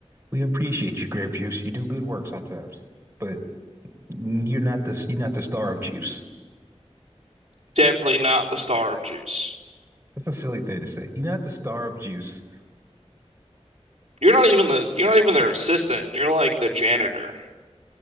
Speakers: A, on the right (about 20°); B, on the right (about 80°).
A: we appreciate you, grape juice. You do good work sometimes, but you're not the you're not the star of juice.
B: Definitely not the star of Juice.
A: That's a silly thing to say. You're not the star of juice.
B: You're not even the you're not even their assistant. You're like the janitor.